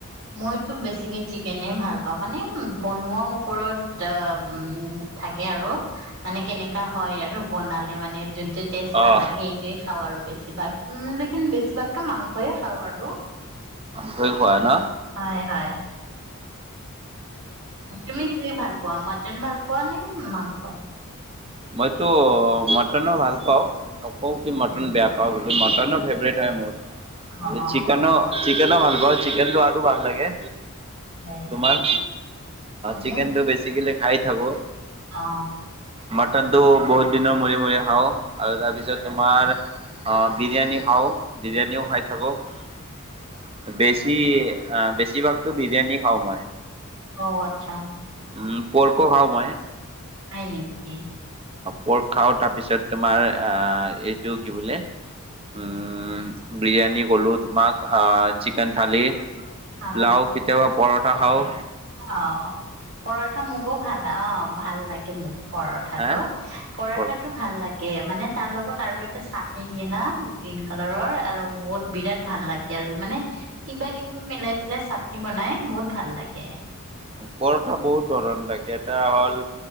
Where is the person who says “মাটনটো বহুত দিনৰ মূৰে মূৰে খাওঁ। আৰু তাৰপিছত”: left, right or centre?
Right